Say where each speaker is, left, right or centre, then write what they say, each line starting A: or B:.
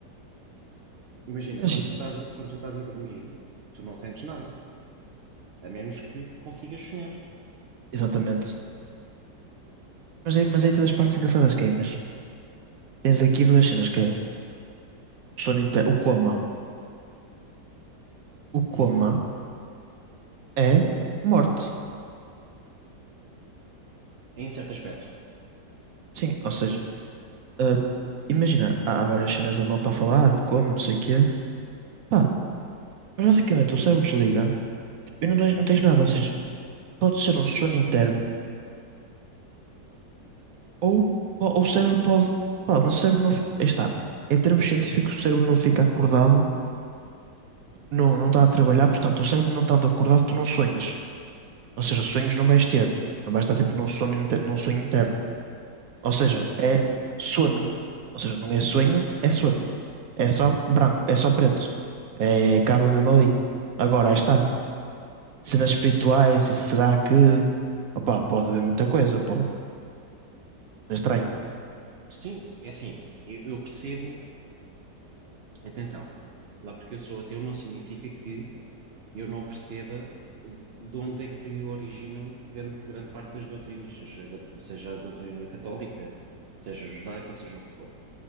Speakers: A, on the right; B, on the right.
A: Imagina,
B: Imagina.
A: quando tu estás, a- quando tu estás a dormir, tu não sentes nada, a menos que consigas sonhar.
B: Exatamente. Mas aí, mas aí tens as partes engraçadas que é, imagina. Tens aqui duas cenas que é o sono inte- o coma. O coma
A: Uhum.
B: é morte.
A: em certo aspecto.
B: Sim, ou seja, ah, imagina, há há várias cenas da malta a falar de coma, não sei o quê. Pá, mas basicamente o cérebro desliga tipo, e não tens, não tens nada, ou seja, pode ser um sono interno ou, ou o cérebro pode. Pá, mas o cérebro não. fi- Aí está. Em termos científicos, o cérebro não fica acordado não, não está a trabalhar, portanto, o cérebro não estando acordado, tu não sonhas. Ou seja, sonhos não vais ter. Não vais estar tipo num sono, inte- num sonho interno. Ou seja,
A: Sim,
B: é sono. Ou seja, não é sonho, é sono. É só branco, é só preto. É, acaba mesmo ali. Agora, aí está. Cenas espirituais, e será que. Opá, pode haver muita coisa, pode. É estranho.
A: Sim, é assim, eu, eu percebo, atenção, lá porque eu sou ateu não significa que eu não perceba de onde é que originam grande, grande parte das doutrinas, seja, seja a doutrina católica, seja judaica, seja o que for.